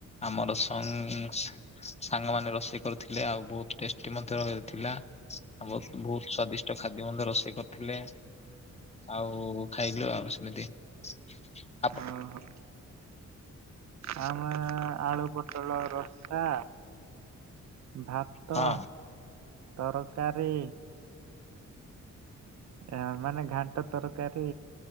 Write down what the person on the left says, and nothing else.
ଆମର ସଂ ସାଙ୍ଗ ମାନେ ରୋଷେଇ କରିଥିଲେ ଆଉ ବହୁତ ଟେଷ୍ଟି ମଧ୍ୟ ର ଥିଲା। ଆଉ ବହୁ ବହୁତ ସ୍ଵାଦିଷ୍ଟ ଖାଦ୍ୟ ମଧ୍ୟ ରୋଷେଇ କରିଥିଲେ। ଆଉ ଖାଇଲୁ ଆଉ ସେମିତି। <unintelligible>
ହଁ